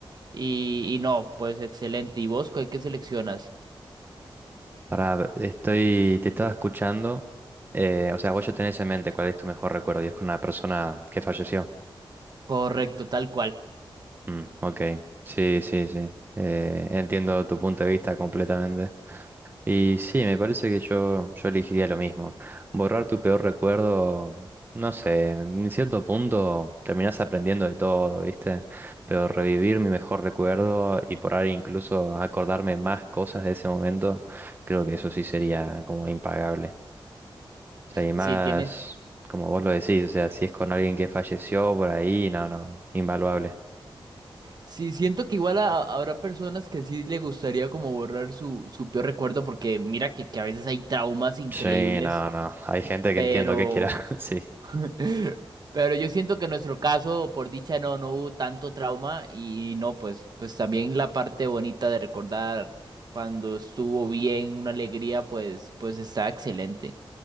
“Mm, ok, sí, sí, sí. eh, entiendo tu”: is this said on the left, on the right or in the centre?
Right